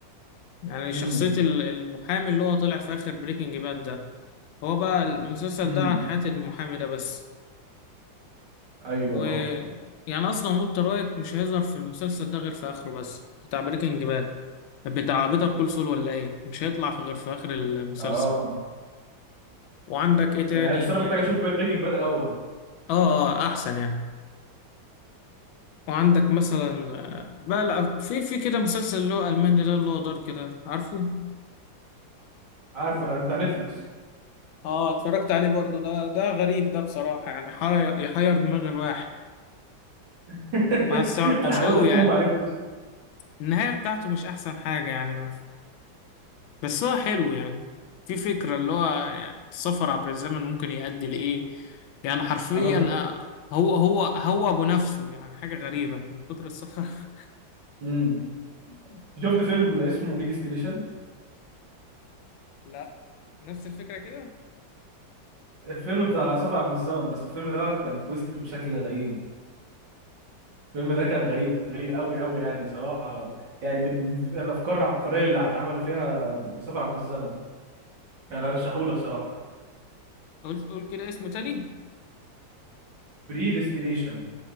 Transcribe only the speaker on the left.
يعني شخصية
ال- المحامي اللي هو طلع في آخر بريكنج باد ده هو بقى المسلسل
ده عن حياة المحامي ده بس
و
يعني أصلا والتر وايت مش هيظهر في المسلسل ده غير في آخره بس بتاع بريكنج باد بتاع بيتر كول سول ولا إيه مش هيطلع في- غير في آخر المسلسل
وعندك إيه تاني
آه
آه آه، أحسن يعني وعندك مثلا آه، بقى لا في في كده مسلسل اللي هو ألماني ده اللي هو دار كده عارفه؟
اه اتفرجت عليه برضو ده ده غريب ده بصراحة يعني حر- يحير دماغ الواحد
ما استوعبتوش
قوي
يعني
النهاية بتاعته مش أحسن حاجة يعني بس هو حلو يعني في فكرة اللي هو يعني السفر عبر الزمن ممكن يؤدي لإيه يعني حرفيا
آه، هو هو هو أبو نفسه يعني حاجة غريبة من كتر السفر
<laughs>
لا نفس الفكرة كده
امم
قول قول كده اسمه تاني